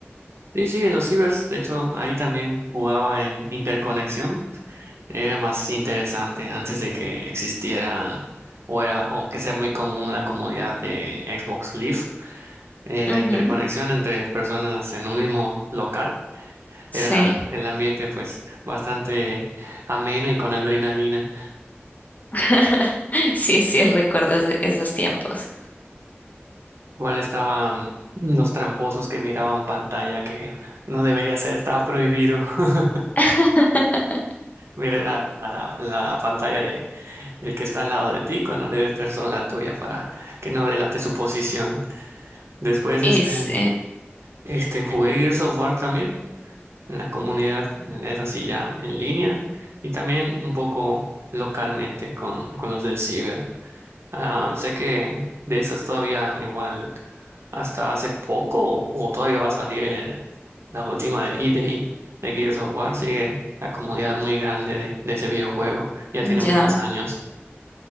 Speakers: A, on the right (about 70°); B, on the left (about 35°).
A: Sí, sí, en los cibers, de hecho, ahí también jugaba en interconexión. Era más interesante antes de que existiera o era o que sea muy común la comunidad de Xbox Live, eh, la
B: Ujú,
A: interconexión entre personas en un mismo local Era
B: Sí,
A: el ambiente pues bastante ameno y con adrenalina.
B: <laughs> sí, sí, recuerdo ese- esos tiempos.
A: Igual estaban los tramposos que miraban pantalla que no debería ser, estaba prohibido <laughs>
B: <laughs>
A: mira a- la, la pantalla de, del que está al lado de ti cuando debes ver solo la tuya para que no delate su posición. Después
B: Y
A: este,
B: sí,
A: este, jugué Gears of War también en la comunidad, eso sí ya en línea y también un poco localmente con, con los del ciber. Ah, sé que de esas todavía igual hasta hace poco o, o todavía va a salir eh, la última de E-Day de Gears of War. Sigue la comunidad muy grande de, de ese videojuego. Ya tiene muchos
B: ya,
A: años.